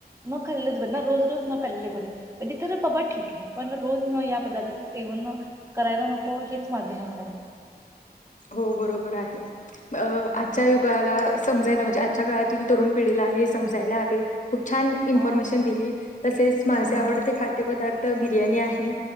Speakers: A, on the right; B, on the left.
A: न खाल्लेच बर ना रोज रोज न खाललेल बर कधी तर बाबा ठीक आहे पण रोज न या पदार्थाच सेवन करायला नको हेच माझं मत आहे.
B: हो बरोबर आहे. अ
A: हा
B: आजच्या युगाला समजायला म्हणजे आजच्या काळातील तरुण पिढीला हे समजायला हवे. खूप छान इन्फॉर्मेशन
A: हा
B: दिली तसेच माझे
A: हा
B: आवडते खाद्यपदार् बिर्याणी आहे